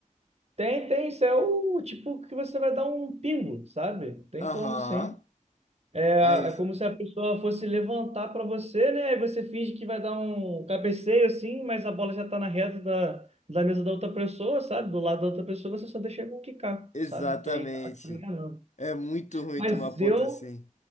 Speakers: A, on the right; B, on the left.
A: Tem, tem, isso é o tipo que você vai dar um pingo, sabe? Tem como,
B: Aham.
A: sim. É
B: Ai,
A: é como se a pessoa fosse levantar para você, né? Aí você finge que vai dar um cabeceio assim, mas a bola já tá na reta da, da mesa da outra pessoa, sabe? Do lado da outra pessoa, você só deixa ele quicar,
B: exatamente.
A: sabe? Que aí acaba enganando.
B: É muito ruim
A: Mas
B: tomar ponto
A: eu,
B: assim.